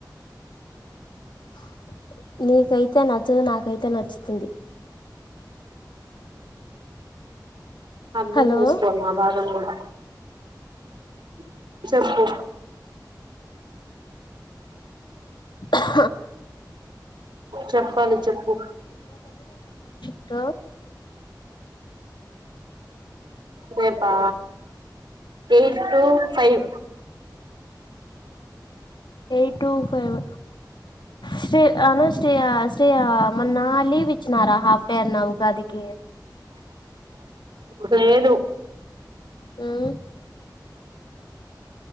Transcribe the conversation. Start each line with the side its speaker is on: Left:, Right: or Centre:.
Left: <inaudible> నీకై అయితే నచ్చదు నాకైతే నచ్చుతుంది
Right: అర్థం
Left: హలో
Right: చేస్కో మా బాధని కుడా <inaudible> చెప్పు
Left: అ ఛహ
Right: చెప్పాలి చెప్పు
Left: ట
Right: రేపా page two five
Left: A two five స్త్రీ అను స్త్రీ మొన్న లీవ్ ఇచ్చినారా హాఫ్ డే అన్నా ఉగాదికి
Right: లేదు
Left: ఉమ్